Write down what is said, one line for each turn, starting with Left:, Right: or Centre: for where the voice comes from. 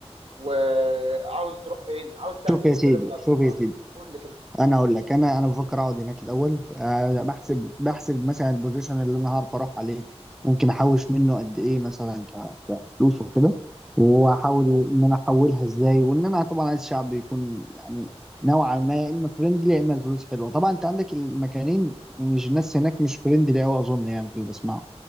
Right: وعاوز تروح فين عاوز تعمل
Centre: شوف
Right: ايه
Centre: يا
Right: في
Centre: سيدي
Right: البلد اللي هتروحها
Centre: شوف يا سيدي
Right: قول لي كده
Centre: انا اقول لك انا انا بفكر اقعد هناك الاول آه، بحسب بحسب مثلا البوزيشن اللي انا هعرف اروح عليه ممكن احوش منه قد ايه مثلا ك- كفلوس وكده واحاول ان انا احولها ازاي وان انا طبعا عايز شعب يكون يعني نوعا ما يا اما فريندلي يا اما الفلوس حلوه طبعا انت عندك المكانين مش الناس هناك مش فريندلي قوي اظن يعني في اللي بسمعه